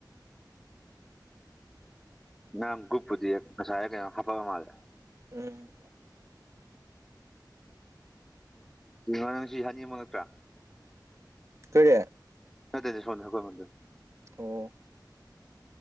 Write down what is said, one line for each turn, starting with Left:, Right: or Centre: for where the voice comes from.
Centre: ꯅꯒꯨꯨꯞꯄꯗꯤ ꯉꯁꯥꯏ ꯀ ꯍꯥꯄ ꯃꯥꯔꯦ
Right: ꯎꯝ
Centre: ꯃ ꯁꯤ ꯍ ꯌꯦ ꯃꯣꯟ꯭ꯔ
Right: ꯀꯔꯤꯌꯥ
Centre: ꯑꯗꯗꯦ ꯁꯣꯝꯗ ꯍꯀꯣꯏ ꯃꯗꯨ
Right: ꯑꯣ